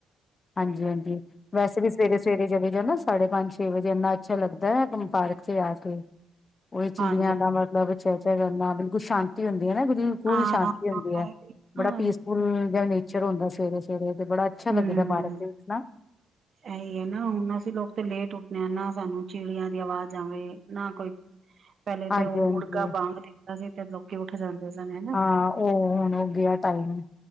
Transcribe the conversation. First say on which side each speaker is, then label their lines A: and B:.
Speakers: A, on the left; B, on the right.
A: ਹਾਂਜੀ ਹਾਂਜੀ- ਹਾਂਜੀ। ਵੈਸੇ ਵੀ ਸਵੇਰੇ ਸਵੇਰੇ ਚਲੇ ਜਾਣਾ। ਸਾਢੇ ਪੰਜ ਛੇ ਵਜੇ ਏਨਾ ਅੱਛਾ ਲੱਗਦਾ ਕੇ ਪਾਰਕ 'ਚ ਆ ਕੇ। ਓਵੀ ਚਿੜੀਆਂ
B: ਹਾਂਜੀ
A: ਦਾ ਮਤਲਬ- ਚੈਂ ਚੈਂ ਕਰਨਾ ਬਿਲਕੁਲ ਸ਼ਾਂਤੀ ਹੁੰਦੀ ਐ ਨਾ। ਬਿਲਕੁਲ
B: ਹਾਂ
A: ਸ਼ਾਂ-
B: ਹਾਂ
A: ਹੁੰਦੀ ਐ। ਬੜਾ
B: ਹਮ
A: ਪੀਸਫੁਲ ਜਿਆ ਨੇਚਰ ਹੁੰਦਾ ਸਵੇਰੇ -ਸਵੇਰੇ। ਤੇ ਬੜਾ- ਅੱਛਾ
B: ਹੂੰ।
A: ਲੱਗਦਾ ਪਾਰਕ ਦੇ ਵਿੱਚ ਨਾ।
B: ਏਹੀ ਐ ਨਾ ਹੁਣ ਅਸੀਂ ਲੋਕ ਤੇ ਲੇਟ ਉੱਠਣੇ ਆਂ। ਨਾ ਸਾਨੂੰ ਚਿੜੀਆਂ ਦੀ ਆਵਾਜ਼ ਆਵੇ ਨਾ ਕੋਈ-
A: <inaudible>
B: ਪੈਲੇ
A: ਹਾਂਜੀ-ਹਾਂਜੀ
B: ਤੇ ਓ ਮੁਰਗਾ ਬਾਂਗ ਦਿੰਦਾ ਸੀ ਤੇ ਲੋਕੀ ਉੱਠ ਜਾਂਦੇ ਸਨ ਹੈਂ।
A: ਹਾਂ ਓ ਹੁਣ ਓ ਗਿਆ ਟਾਈਮ